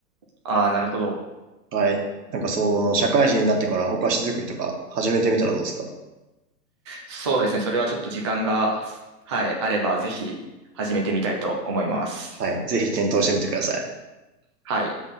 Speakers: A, on the right; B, on the right.
A: ああ、なるほど。
B: はい。なんかその、社会人になってからお菓子作りとか始めてみたらどうですか
A: そうですね。それはちょっと時間が、はい、あれば、ぜひ始めてみたいと思います。
B: はい。ぜひ検討してみてください。
A: はい。